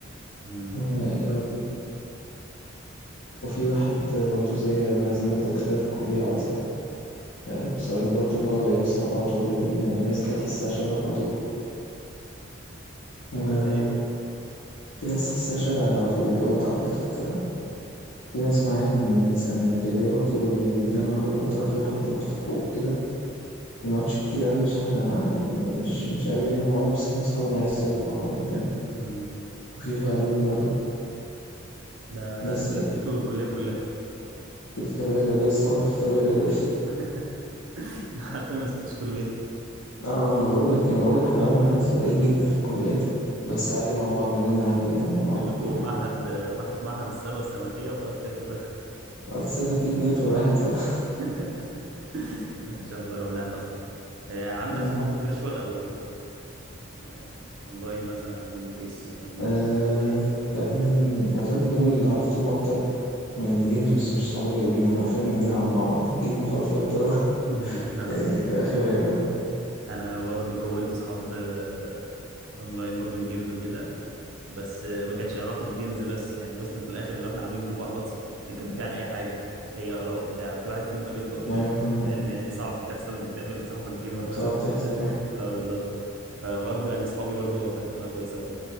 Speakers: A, on the right (about 80°); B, on the left (about 80°).
A: امم
B: ويا ربي وفي واحد آه، برضو زي ما زي ما انت قلت كده في الكلية عرفته آه، بس الراجل برضو اللي هو بقينا صحاب على طول قريبين يعني في ناس كده تحسها شبهك على طول وفي
A: شبه ايه
B: ناس تحسها شبهك على طول يعني اللي
A: آه،
B: هو انت على طول تت... في ناس معايا من من سنة من ابتدائي برضو يعني بنتجمع كل فترة في واحد برضو في حقوق كده ما بنقعدش كتير أوي بس احنا يعني مش مش أوي دايما مع بعض بس احنا أصحاب وبنعز بعض يعني فاهم
A: امم
B: وفي في علوم برضو
A: ده
B: بس يعني
A: لفيته الكليات كلها
B: في في تربية رياضية صحابي في تربية رياضية
A: <laughs> ما حرفيا ما سبتش كليه
B: اه ما انا بقول لك يعني، ما أنا بقول لك احنا رغم ان احنا متفرقين جدا في الكليات
A: مم.
B: بس عادي مع بعض ميزاننا عادي جدا مع بعض
A: فاضل لكم
B: وكل حاجة
A: معهد واحد في معهد الثروه السمكيه وخلاص كده تبقى
B: وقت تصدق في اتنين في معاهد ف <laughs>
A: <laughs> ان شاء الله ربنا يحفظك آه، عندك
B: آه.
A: صحاب فيرتشوال او آه، اونلاين مثلا عارف من الفيس من
B: آه،
A: السوشيال
B: تقريبا
A: من
B: والله
A: شبه كده
B: دول اللي عرفتهم اكتر من الجيمز بس مش صحاب قريبين احنا خيرنا بنلعب مع بعض الجيم وخلاص فاهم انت اللي هو <laughs>
A: امم آه.
B: يعني ده خير يعني.
A: انا برضو كونت صحاب آه، اونلاين برضو من جيمز وكده بس ما كانتش علاقه جيمز بس يعني وصلت في الاخر اللي احنا عاملين جروب على الواتس نتكلم فيه عن اي حاجه اي اراء وبتاع في واحد فيهم قابلته قبل
B: ايوه
A: كده
B: فاهم
A: مع ان يعني صعب تحصل انك تقابل صاحبك جيمر مثلا
B: صعب تحصل
A: في حتة.
B: اه
A: <laughs> اه بالظبط فبرضه يعني اصحابي برضه علاقتنا كويسه برضه